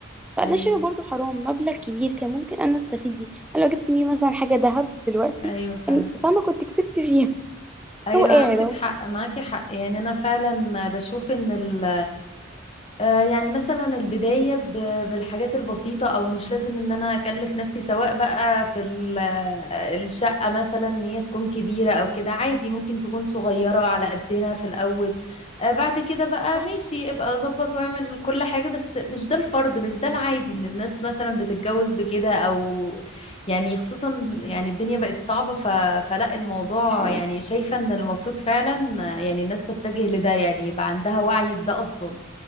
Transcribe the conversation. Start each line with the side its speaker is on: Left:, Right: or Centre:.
Centre: فأنا
Left: ايوه
Centre: شايفة برضو حرام مبلغ كبير كان ممكن أنا استفيد بيه أنا لو جبت بيه مثلا حاجة ذهب دلوقتي
Left: ايوه فعلا
Centre: كان فاهمة كنت كسبت فيها بس
Left: ايوه
Centre: هو قاعد
Left: عندك
Centre: أهو
Left: حق معاكي حق يعني انا فعلا بشوف ان ال آه، يعني مثلا البداية ب- بالحاجات البسيطة او مش لازم ان انا اكلف نفسي سواء بقى في ال- آه، الشقة مثلا ان هي تكون كبيرة او كده عادي ممكن تكون صغيرة على قدنا في الاول آه، بعد كده بقى
Centre: صح
Left: ماشي ابقى ظبط واعمل كل حاجة بس مش ده الفرض مش ده العادي ان الناس مثلا بتتجوز بكده او يعني خصوصا يعني الدنيا بقت صعبة ف... فلا الموضوع
Centre: صح
Left: يعني شايفة ان المفروض فعلا آه، يعني الناس تتجه لده يعني يبقى عندها وعي بده اصلا